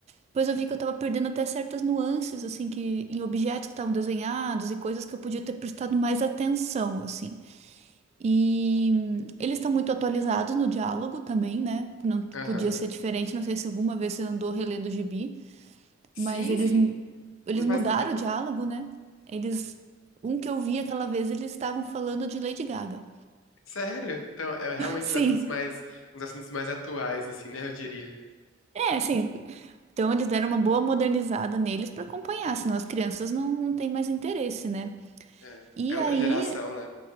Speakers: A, on the right (about 35°); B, on the left (about 85°).
A: Depois eu vi que eu tava perdendo até certas nuances, assim, que em objetos que estavam desenhados e coisas que eu podia ter prestado mais atenção, assim. E hum, eles estão muito atualizados no diálogo também, né? Não
B: aham.
A: podia ser diferente, não sei se alguma vez você andou relendo o gibi,
B: Sim,
A: mas eles,
B: sim.
A: mu- eles
B: Não faz
A: mudaram
B: tanto tempo,
A: o diálogo,
B: não.
A: né? Eles. Um que eu vi aquela vez, eles estavam falando de Lady Gaga.
B: Sério? Então, é realmente
A: <laughs> Sim,
B: os assuntos mais, uns assuntos mais atuais, assim, né? Eu diria.
A: é, sim. Então eles deram uma boa modernizada neles para acompanhar, senão as crianças não, não têm mais interesse, né?
B: É,
A: E
B: é outra
A: aí,
B: geração, né?